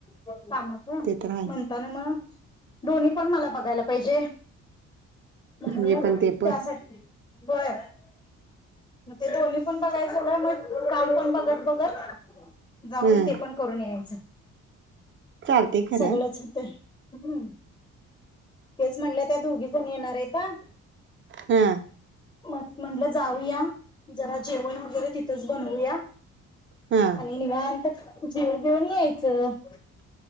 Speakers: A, on the left; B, on the right.
A: कामाचं
B: ते तर आहे
A: म्हणताना म. दोनी पण मला बघायला पाहिजे. म्हनुनच
B: हे पण ते पण
A: त्यासाठी व्हय. मग ते दोन्ही पण बघायचं मग काम पण बघत बघत. हो जाऊन
B: हं
A: ते पण करून यायचं.
B: चालतंय खरं
A: सगळंच होते हम्म तेच म्हणलं त्या दोघी जण येणार आहे का
B: हम्म
A: म म्हटलं जाऊया जरा जेवण वगैरे तिथंच बनवूया
B: हं
A: आणि निवांत जीव घेऊन यायचं